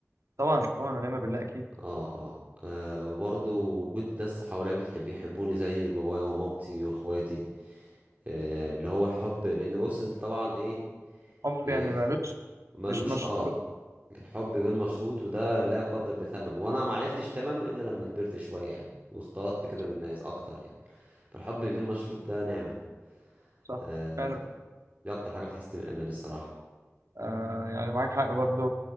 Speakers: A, on the right; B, on the right.
A: طبعا طبعا ونعم بالله اكيد
B: اه اه آه، وبرضه وجود ناس حواليا بتحب يحبوني زي بابايا ومامتي واخواتي آه اللي هو الحب لان بص انت طبعا ايه,
A: حب
B: إيه
A: يعني مالوش
B: ملوش
A: مش مشروط
B: اه حب غير مشروط وده لا يقدر بثمن وانا ما عرفتش ثمنه الا لما كبرت شويه يعني واختلطت كده
A: صح
B: بالناس اكتر يعني فالحب الغير مشروط ده نعمه
A: صح
B: آه
A: فعلا
B: ب- دي اكتر حاجه بتحسسني بالامان الصراحه
A: آه يعني معاك حق برضو